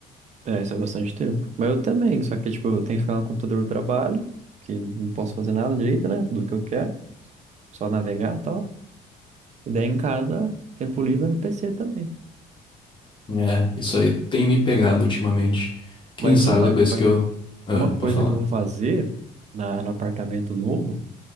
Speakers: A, on the right; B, on the left.
A: É, isso é bastante tempo. Mas eu também, só que, tipo, eu tenho que ficar no computador do trabalho, que não posso fazer nada direito, né? Do que eu quero, só navegar e tal. E daí em casa, tempo livre é no PC também.
B: É, isso aí tem me pegado ultimamente. Quem
A: Mas
B: sabe
A: uma,
B: depois que eu. Ah,
A: uma
B: pode
A: coisa
B: falar.
A: que eu vou fazer na, no apartamento novo,